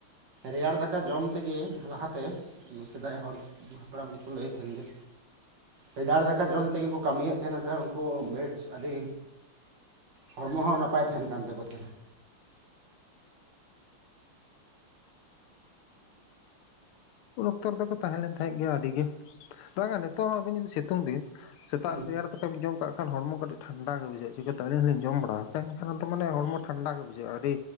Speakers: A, on the right; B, on the left.
A: ᱨᱮᱭᱟᱲ ᱫᱟᱠᱟ ᱡᱚᱢ ᱛᱮᱜᱮ ᱞᱟᱦᱟᱛᱮ ᱥᱮᱫᱟᱭ ᱦᱚᱲ ᱦᱟᱯᱲᱟᱢ ᱠᱚᱠᱚ ᱞᱟᱹᱭ ᱛᱟᱦᱮᱱ ᱜᱮ ᱨᱮᱭᱟᱲ ᱫᱟᱠᱟ ᱡᱚᱢ ᱛᱮᱜᱮ ᱠᱚ ᱠᱟᱹᱢᱤᱭᱮᱫ ᱛᱟᱦᱮᱱᱟ ᱥᱮ ᱩᱝᱠᱩ ᱵᱮᱥ ᱟᱹᱫᱤ ᱦᱚᱲᱢᱚ ᱦᱚᱸ ᱱᱟᱯᱟᱭ ᱛᱟᱦᱮᱱ ᱠᱟᱱ ᱛᱟᱠᱚ ᱛᱟᱦᱮᱱᱟ᱾
B: ᱩᱱ ᱚᱠᱛᱚ ᱨᱮ ᱫᱚᱠᱚ ᱛᱟᱦᱮᱸ ᱞᱮᱱ ᱛᱟᱦᱮᱸᱜ ᱜᱮᱭᱟ ᱟᱹᱰᱤ ᱜᱮ ᱵᱟᱝᱟ ᱱᱤᱛᱚᱜ ᱦᱚᱸ ᱟᱵᱤᱱ ᱡᱩᱫᱤ ᱥᱤᱛᱩᱝ ᱫᱤᱱ ᱥᱮᱛᱟᱜ
A: ᱦᱩᱸ
B: ᱨᱮ ᱨᱮᱭᱟᱲ ᱫᱟᱠᱟ ᱵᱤᱱ ᱡᱚᱢ ᱠᱟᱜ ᱠᱷᱟᱱ ᱦᱚᱲᱢᱚ ᱠᱟᱹᱴᱤᱡ ᱴᱷᱟᱱᱰᱟ ᱜᱮ ᱵᱩᱡᱷᱟᱹᱜᱼᱟ, ᱪᱤᱠᱟᱹᱛᱮ ᱟᱹᱞᱤᱧ ᱦᱚᱸᱞᱤᱧ ᱡᱚᱢ ᱵᱟᱲᱟ ᱠᱟᱜᱼᱟ ᱮᱠᱷᱟᱱ ᱫᱚ ᱢᱟᱱᱮ ᱦᱚᱲᱢᱚ ᱴᱷᱟᱱᱰᱟ ᱜᱮ ᱵᱩᱡᱷᱟᱹᱜᱼᱟ᱾ ᱟᱰᱤ